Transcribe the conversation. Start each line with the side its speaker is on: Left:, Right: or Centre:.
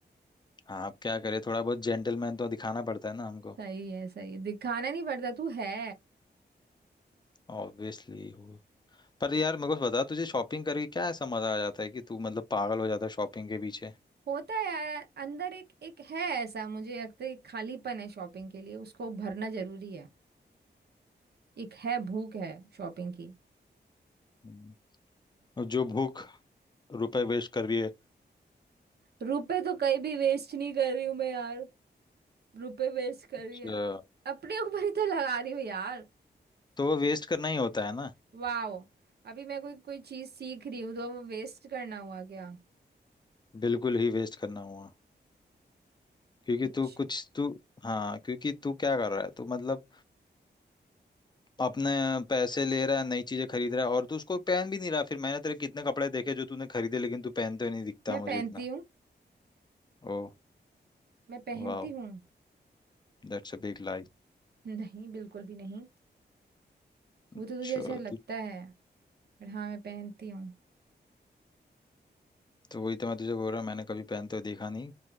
Left: हाँ अब क्या करे थोड़ा बहुत जेंटलमैन तो दिखाना पड़ता है ना हमको
Right: सही है सही है दिखाना नहीं पड़ता तू है
Left: ऑब्वियसली हो पर यार मेरे को बता तुझे शॉपिंग करके क्या ऐसा मजा आ जाता है कि तू मतलब पागल हो जाता है शॉपिंग के पीछे
Right: होता है यार अंदर एक एक है ऐसा मुझे लगता है एक खालीपन है शॉपिंग के लिए उसको भरना जरूरी है एक है भूख है शॉपिंग की
Left: हम्म। और जो भूख रुपए वेस्ट कर रही है
Right: रुपए तो कहीं भी वेस्ट नहीं कर रही हूँ मैं यार रुपए वेस्ट कर
Left: अच्छा
Right: रही है अपने ऊपर ही तो लगा रही हूँ यार
Left: तो वो वेस्ट करना ही होता है ना
Right: वाह अभी मैं कोई कोई चीज सीख रही हूँ तो वेस्ट करना हुआ क्या
Left: बिल्कुल ही वेस्ट करना हुआ क्योंकि
Right: कुछ
Left: तू कुछ तू हाँ क्योंकि तू क्या कर रहा है तू मतलब अपने पैसे ले रहा है नई चीजें खरीद रहा है और तू उसको पहन भी नहीं रहा फिर मैंने तेरे कितने कपड़े देखे जो तूने खरीदे लेकिन तू पहनते हुए नहीं दिखता
Right: मैं पहनती
Left: मुझे इतना
Right: हूँ
Left: Oh
Right: मैं पहनती
Left: Wow
Right: हूँ
Left: That's a big lie
Right: <laughs> नहीं बिल्कुल भी नहीं वो
Left: अच्छा
Right: तो तुझे ऐसा लगता
Left: तू
Right: है पर हाँ मैं पहनती हूँ।
Left: तो वही तो मैं तुझे बोल रहा हूँ, मैंने कभी पहनते हुए देखा नहीं